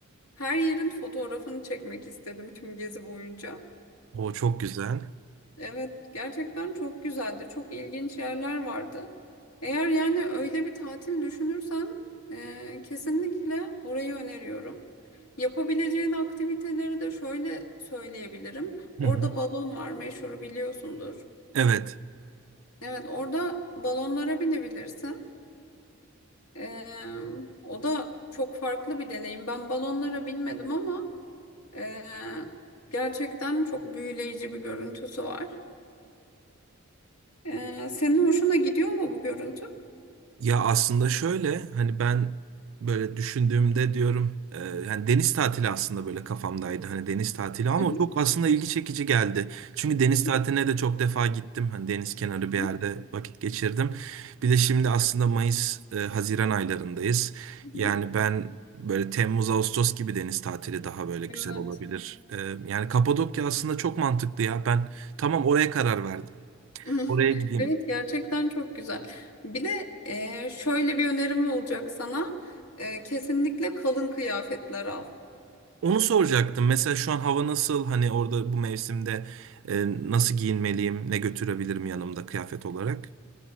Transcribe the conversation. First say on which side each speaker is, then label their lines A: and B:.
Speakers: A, on the left; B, on the right.
A: her yerin fotoğrafını çekmek istedim tüm gezi boyunca.
B: O çok güzel.
A: Evet, gerçekten çok güzeldi. Çok ilginç yerler vardı. Eğer yani öyle bir tatil düşünürsen e, kesinlikle orayı öneriyorum. Yapabileceğin aktiviteleri de şöyle söyleyebilirim. Orada
B: Hı hı.
A: balon var, meşhur biliyorsundur.
B: Evet.
A: Evet, orada balonlara binebilirsin. E, o da çok farklı bir deneyim. Ben balonlara binmedim ama e, gerçekten çok büyüleyici bir görüntüsü var. E, senin hoşuna gidiyor mu bu görüntü?
B: Ya aslında şöyle hani ben böyle düşündüğümde diyorum e, yani deniz tatili aslında böyle kafamdaydı hani deniz tatili ama
A: Hı hı,
B: çok aslında ilgi çekici geldi. Çünkü deniz
A: hı hı,
B: tatiline de çok defa gittim hani deniz kenarı bir
A: hı
B: yerde vakit geçirdim. Bir de şimdi aslında Mayıs e, Haziran aylarındayız.
A: hı,
B: Yani
A: hı.
B: ben böyle Temmuz Ağustos gibi deniz tatili daha böyle güzel
A: Evet.
B: olabilir. E, yani Kapadokya aslında çok mantıklı ya ben tamam oraya karar verdim.
A: <laughs>
B: Oraya gideyim.
A: Evet gerçekten çok güzel. Bir de e, şöyle bir önerim olacak sana. E, kesinlikle kalın kıyafetler al.
B: Onu soracaktım. Mesela şu an hava nasıl? Hani orada bu mevsimde e, nasıl giyinmeliyim? Ne götürebilirim yanımda kıyafet olarak?